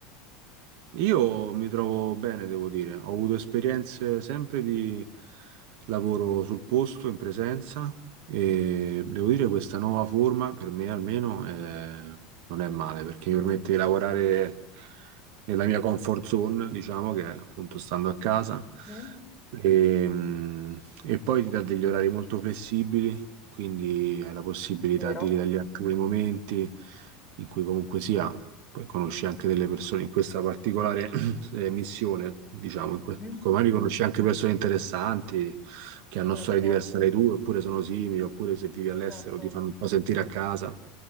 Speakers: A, on the right; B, on the left.
A: Io mi trovo bene, devo dire. Ho avuto esperienze sempre di lavoro sul posto, in presenza, e devo dire che questa nuova forma, per me almeno, eh, non è male, perché mi permette di lavorare nella mia comfort zone, diciamo, che è appunto stando a casa,
B: Mhm,
A: e, mh, e poi ti dà degli orari molto flessibili, quindi hai la possibilità
B: vero?
A: di ritagliarti quei momenti in cui comunque sia poi conosci anche delle persone in questa particolare <clears throat> eh, missione, diciamo, in que-
B: Mhm,
A: magari
B: mhm.
A: conosci anche persone interessanti che hanno
B: Certo,
A: storie diverse dalle tue, oppure sono simili, oppure se vivi all'estero
B: certo.
A: ti fanno un po' sentire a casa,